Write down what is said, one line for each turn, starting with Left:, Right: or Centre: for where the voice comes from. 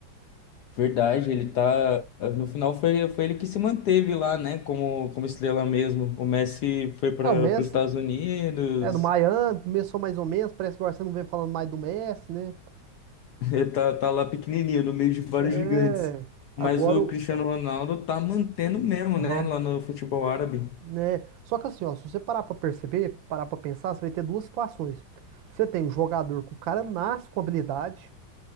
Left: Verdade, ele tá. No final foi, foi ele que se manteve lá, né? Como, como estrela mesmo. O Messi foi para
Right: É, o Messi
Left: os Estados Unidos.
Right: é do Miami, começou mais ou menos, parece que agora você não vem falando mais do Messi, né?
Left: Ele tá, tá lá pequenininho, no meio de vários
Right: É,
Left: gigantes.
Right: agora
Left: Mas o
Right: o.
Left: Cristiano Ronaldo tá mantendo mesmo,
Right: Aham.
Left: né? Lá no futebol árabe.
Right: né? Só que assim, ó, se você parar pra perceber, parar pra pensar, você vai ter duas situações. Você tem um jogador que o cara nasce com habilidade.